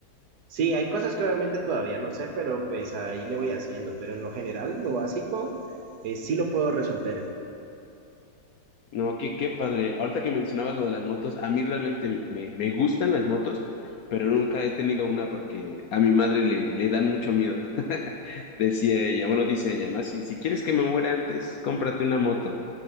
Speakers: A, on the right; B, on the left.
A: Sí, hay cosas que obviamente todavía no sé, pero pues ahí le voy haciendo, pero en lo general, lo básico, eh, sí lo puedo resolver.
B: No, qué, qué padre. Ahorita que mencionabas lo de las motos, a mí realmente me, me gustan las motos, pero nunca he tenido una porque a mi madre le, le dan mucho miedo. <laughs> Decía ella, bueno, dice ella, ¿no? Si, si quieres que me muera antes, cómprate una moto,